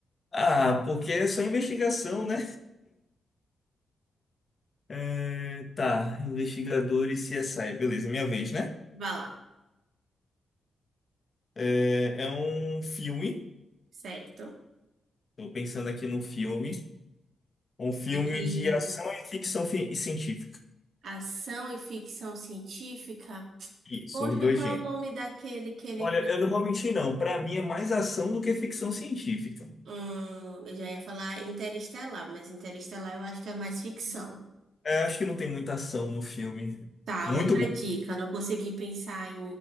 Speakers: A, on the left; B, on the right.
A: Ah, porque é só investigação, né? É, tá, investigadores CSI. Beleza, minha vez, né?
B: Vá lá,
A: É, é um filme.
B: certo?
A: Tô pensando aqui no filme. Um filme
B: De que
A: de ação e ficção fi- e científica.
B: ação e ficção científica.
A: Isso,
B: Poxa,
A: os dois
B: qual
A: gêneros.
B: é o nome daquele que ele
A: Olha,
B: vai.
A: eu não vou mentir, não. Pra mim é mais ação do que ficção científica.
B: Hum, eu já ia falar Interestelar, mas Interestelar eu acho que é mais ficção.
A: É, acho que não tem muita ação no filme.
B: Tá,
A: Muito
B: outra
A: bom.
B: dica. Não consegui pensar em,